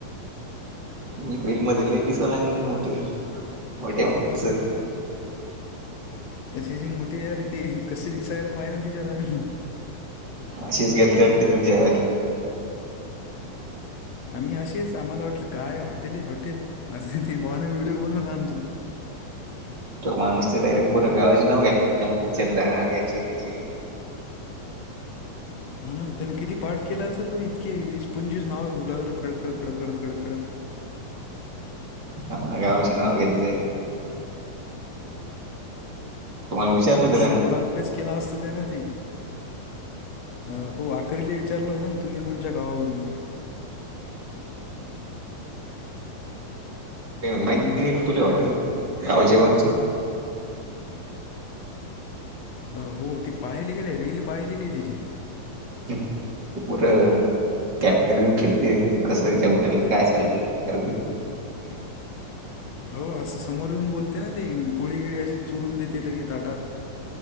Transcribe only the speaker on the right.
तुम्ही त रिल मधी लय दिसलागली मोठी, मोठ्या माणसं
अशीच गेल ते वाटत तुम्ही जेवाला.
तो माणूस तर डायरेक्ट पुरे गावच नाव घ्यायला लागला. जलधारा याची त्याची.
हा ना गावाचे नाव घेत जाईण, विचारलं का
त्यानं?
ते म्हणाले माहिती
नाही तूले हॉटेल? आव जेवान
तु पुर टॅक्टर घेऊन फिरते. अन कसं त्याच्या मुला काय चालल विचारती.